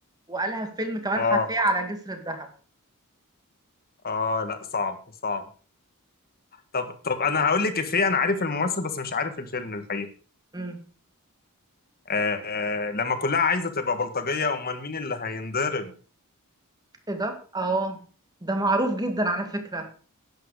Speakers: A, on the right; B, on the left.
A: وقالها في فيلم كمال
B: اه
A: حفية على جسر الذهب
B: اه لا صعب صعب طب طب انا هقول لك افيه انا عارف الممثل بس مش عارف الفيلم الحقيقة
A: امم
B: آه لما كلها عايزه تبقى بلطجيه امال مين اللي هينضرب
A: ايه ده اه ده معروف جدا على فكرة